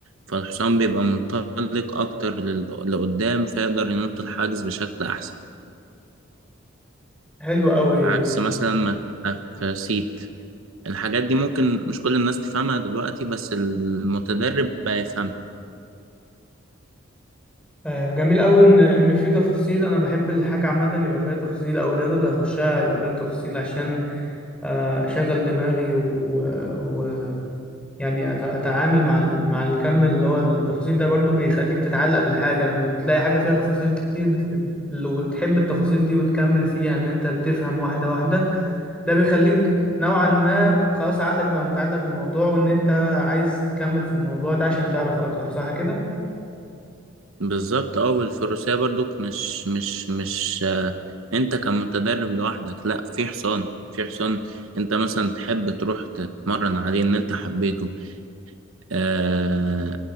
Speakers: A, on the right; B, in the centre.
A: فالحصان بيبقى منطلق اكتر لل- لقدام فيقدر ينط الحاجز بشكل احسن
B: حلو قوي
A: عكس مثلا ما تبقى في سيت الحاجات دي ممكن مش كل الناس تفهمها دلوقتي بس المتدرب هيفهمها
B: آه، جميل قوي ان ان في تفاصيل انا بحب الحاجه عامه يبقى فيها تفاصيل او الرياضه اللي هخشها يبقى فيها تفاصيل عشان آه، اشغل دماغي ويعني و... و- يعني أت- اتعامل مع ال- مع الكم اللي هو التفاصيل ده برضو بيخليك تتعلق بالحاجه لما تلاقي حاجه فيها تفاصيل كتير بت... لو تحب التفاصيل دي وتكمل فيها ان انت بتفهم واحده واحده ده بيخليك نوعا ما خلاص عقلك بقى متعلق بالموضوع وان انت عايز تكمل في الموضوع ده عشان تعرف اكتر صح كده
A: بالظبط اه والفروسية برضك مش مش مش آه، انت كمتدرب لوحدك لا في حصان في حصان انت مثلا تحب تروح تتمرن عليه ان انت حبيته آه